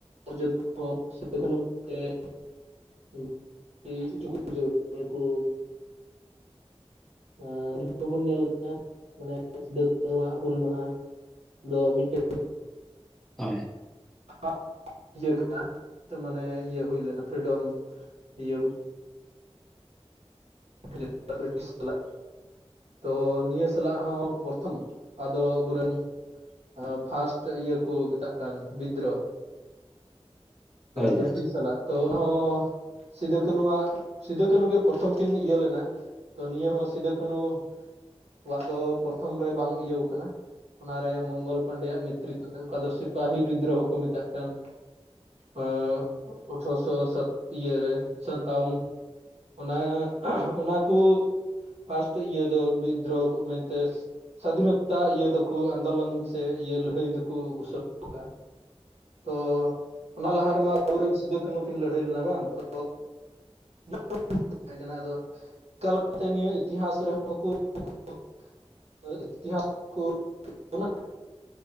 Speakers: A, on the right (about 70°); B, in the centre.
A: <unintelligible> ᱡᱟᱹᱛ ᱠᱚᱦᱚᱸ ᱥᱤᱫᱩᱠᱟᱹᱱᱦᱩ <unintelligible> <unintelligible> ᱩᱝᱠᱩ ᱮᱸ <unintelligible> ᱢᱟᱱᱮ ᱥᱤᱫᱟᱹ ᱠᱟᱹᱱᱩᱣᱟᱜ ᱦᱩᱞ ᱢᱟᱦᱟ ᱫᱚ ᱢᱤᱫᱴᱮᱜ
B: ᱦᱚᱭ
A: <unintelligible> ᱤᱭᱟᱹ ᱠᱟᱱᱟ ᱢᱟᱱᱮ ᱤᱭᱟᱹ ᱦᱩᱭ ᱞᱮᱱᱟ ᱯᱷᱨᱤᱰᱚᱢ ᱤᱭᱟᱹ <unintelligible> ᱵᱨᱤᱴᱤᱥ ᱥᱟᱞᱟᱜ᱾ ᱛᱚ ᱱᱤᱭᱟᱹ ᱥᱟᱞᱟᱜ ᱦᱚᱸ ᱯᱚᱨᱛᱷᱚᱢ ᱟᱫᱚ ᱟᱵᱚᱨᱮᱱ ᱮᱸ ᱯᱷᱟᱥᱴ ᱤᱭᱟᱹ ᱠᱚ ᱢᱮᱛᱟᱜ ᱠᱟᱱ ᱵᱤᱫᱽᱫᱨᱚ᱾
B: ᱦᱳᱭ
A: ᱵᱨᱤᱴᱤᱥ
B: ᱦᱳᱭ
A: ᱥᱟᱞᱟᱜ ᱛᱚ ᱩᱱᱦᱚᱸ ᱥᱤᱫᱟᱹ ᱠᱟᱹᱱᱩᱣᱟᱜ ᱥᱤᱫᱟᱹ ᱠᱟᱹᱱᱩ ᱜᱮ ᱯᱨᱚᱛᱷᱚᱢ ᱠᱤᱱ ᱤᱭᱟᱹ ᱞᱮᱱᱟ ᱛᱚ ᱱᱤᱭᱟᱹ ᱦᱚᱸ ᱥᱤᱫᱟᱹ ᱠᱟᱹᱱᱩ ᱠᱚᱣᱟᱜ ᱫᱚ ᱯᱨᱚᱛᱷᱚᱢ ᱨᱮ ᱵᱟᱝ ᱤᱭᱟᱹᱣ ᱠᱟᱱᱟ, ᱚᱱᱟᱨᱮ ᱢᱚᱝᱜᱚᱞ ᱯᱟᱱᱰᱮᱭᱟᱜ ᱱᱮᱛᱨᱤᱛᱚ ᱛᱮ ᱚᱠᱟ ᱫᱚ ᱥᱤᱯᱟᱦᱤ ᱵᱤᱫᱽᱫᱨᱳᱦᱚ ᱠᱚ ᱢᱮᱛᱟᱜ ᱠᱟᱱ ᱚᱸ ᱟᱴᱷᱨᱚᱥᱚ ᱥᱟᱛ ᱤᱭᱟᱹᱨᱮ ᱥᱟᱛᱟᱣᱩᱱ ᱚᱱᱟ ᱚᱱᱟ ᱠᱚ ᱯᱷᱟᱥᱴ ᱤᱭᱟᱹ ᱫᱚ ᱵᱤᱫᱽᱫᱨᱳᱦᱚ ᱢᱮᱱᱛᱮ ᱥᱟᱫᱷᱤᱱᱚᱛᱟ ᱤᱭᱟᱹ ᱫᱚᱠᱚ ᱟᱱᱫᱳᱞᱚᱱ ᱥᱮ ᱤᱭᱟᱹ ᱞᱟᱹᱲᱦᱟᱹᱭ ᱫᱩᱠᱚ ᱜᱷᱳᱥᱳᱱᱟ ᱠᱟᱜᱼᱟ᱾ ᱛᱚ ᱚᱱᱟ ᱞᱟᱦᱟ ᱨᱮᱢᱟ ᱟᱵᱚᱨᱮᱱ ᱥᱤᱫᱩᱼᱠᱟᱹᱱᱩ ᱠᱤᱱ ᱞᱟᱹᱲᱦᱟᱹᱭ ᱞᱮᱱᱟ ᱵᱟᱝ ᱛᱚ <unintelligible> ᱛᱟᱦᱮ ᱠᱟᱱᱟ ᱟᱫᱚ ᱮᱠᱟᱞ ᱚᱠᱛᱮ ᱱᱤᱭᱟᱹ ᱤᱛᱤᱦᱟᱥ ᱨᱮᱦᱚᱸ ᱠᱩ <unintelligible> <unintelligible> ᱤᱛᱤᱦᱟᱥ ᱠᱚ <unintelligible>